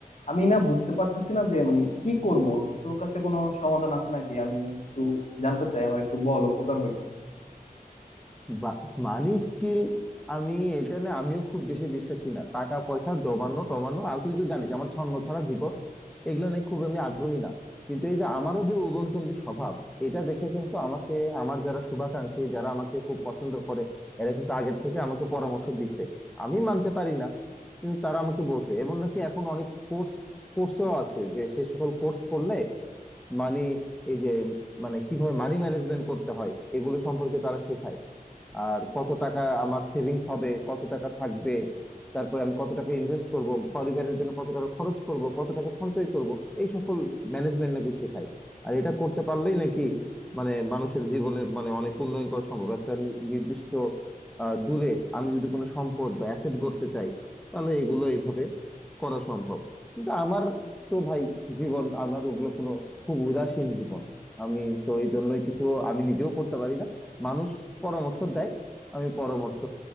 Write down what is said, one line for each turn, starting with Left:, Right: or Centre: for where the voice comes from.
Left: আমি না বুঝতে পারতেছি না যে মানে কি করব তোর কাছে কোনো সমাধান আছে নাকি আমি একটু জানতে চাই আমার একটু বল উপকার হইব
Centre: বা- মানি স্কিল আমি এটা না আমিও খুব বেশি বিশ্বাসী না টাকা পয়সা জমানো টমানো আর তুই তো জানিস আমার ছন্ন ছাড়া জীবন এগুলো নিয়ে খুব আমি আগ্রহী না কিন্তু এই যে আমারও যে উদয়নচন্দ্রী স্বভাব এটা দেখে কিন্তু আমাকে আমার যারা শুভাকাঙ্ক্ষী যারা আমাকে খুব পছন্দ করে এরা কিন্তু আগের থেকে আমাকে পরামর্শ দিছে আমি মানতে পারি না কিন্তু তারা আমাকে বলছে এমন নাকি এখন অনেক কোর্স কোর্সও আছে যে সে সকল কোর্স করলে মানি এই যে মানে কিভাবে মানি ম্যানেজমেন্ট করতে হয় এগুলো সম্পর্কে তারা শেখায় আর কত টাকা আমার সেভিংস হবে কত টাকা থাকবে তারপরে আমি কত টাকা ইনভেস্ট করব পরিবারের জন্য কত টাকা খরচ করব কত টাকা সঞ্চয় করব এই সকল ম্যানেজমেন্ট নাকি শেখায় আর এটা করতে পারলেই নাকি মানে মানুষের জীবনে মানে অনেক উন্নয়ন করা সম্ভব একটা নি- নির্দিষ্ট আহ, দূরে আমি যদি কোনো সম্পদ বা অ্যাসেট গড়তে চাই তাহলে এগুলো এইভাবে করা সম্ভব কিন্তু আমার তো ভাই জীবন আমার ওগুলো কোনো খুব উদাসীন জীবন আমি তো এই জন্যই কিছু আমি নিজেও করতে পারি না মানুষ পরামর্শ দেয় আমি পরামর্শ